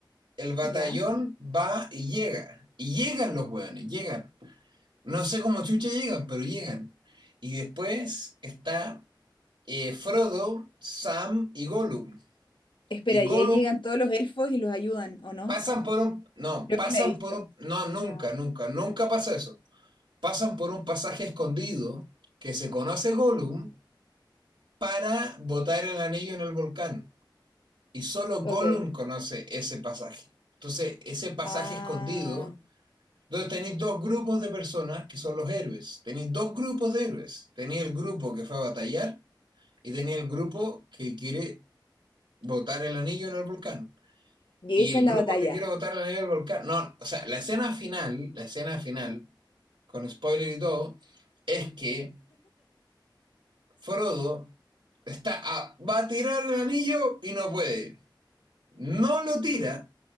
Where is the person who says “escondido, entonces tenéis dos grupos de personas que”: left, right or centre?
Right